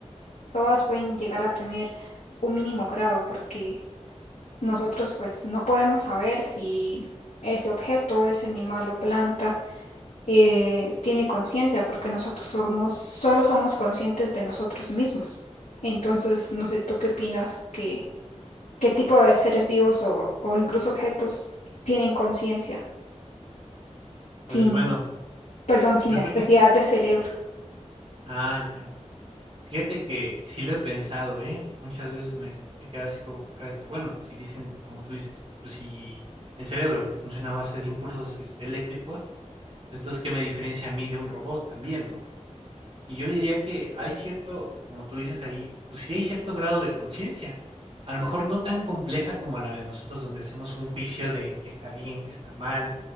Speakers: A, on the left (about 70°); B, on the right (about 45°).
A: todas pueden llegar a tener un mínimo grado, porque nosotros pues no podemos saber si ese objeto es animal o planta eh, tiene conciencia, porque nosotros somos, solo somos conscientes de nosotros mismos. Entonces, no sé, ¿tú qué opinas? ¿Qué, qué tipo de seres vivos o, o incluso objetos tienen conciencia
B: Pues
A: sin,
B: bueno,
A: perdón, sin
B: yo
A: necesidad
B: creo que,
A: de cerebro?
B: ah, ya. Fíjate que sí lo he pensado, ¿eh? Muchas veces me, me he quedado así como con cara de que, bueno, si dicen, como tú dices, pues si el cerebro funciona a base de impulsos este, eléctricos, pues entonces, ¿qué me diferencia a mí de un robot también, no? Y yo diría que hay cierto, como tú dices ahí, pues sí hay cierto grado de conciencia. A lo mejor no tan compleja como la de nosotros, donde hacemos un juicio de qué está bien, qué está mal,